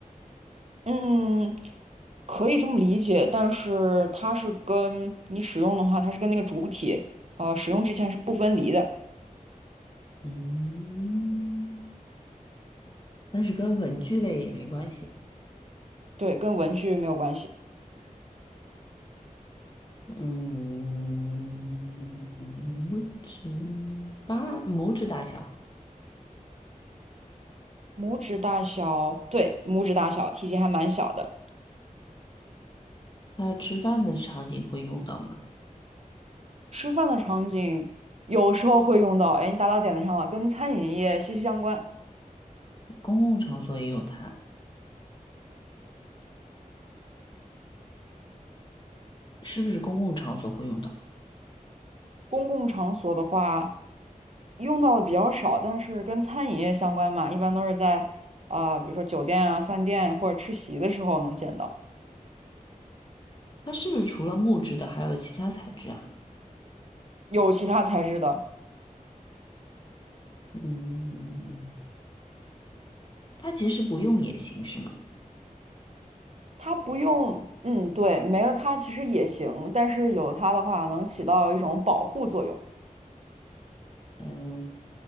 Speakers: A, on the right; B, on the left.
A: 嗯，可以这么理解，但是它是跟你使用的话，它是跟那个主体，呃，使用之前是不分离的，
B: 嗯，但是跟文具类也没关系。
A: 对，跟文具没有关系。
B: 嗯，拇指八拇指大小，
A: 拇指大小，对，拇指大小，体积还蛮小的。
B: 它吃饭的场景会用到吗？
A: 吃饭的场景有时候会用到，哎，你打到点子上了，跟餐饮业息息相关。
B: 公共场所也有它，是不是公共场所会用到？
A: 公共场所的话，用到的比较少，但是跟餐饮业相关嘛，一般都是在啊、比如说酒店啊、饭店或者吃席的时候能见到。
B: 它是不是除了木质的还有其他材质啊？
A: 有其他材质的。
B: 嗯，它其实不用也行是吗？
A: 它不用，嗯，对，没了它其实也行，但是有它的话能起到一种保护作用。
B: 嗯，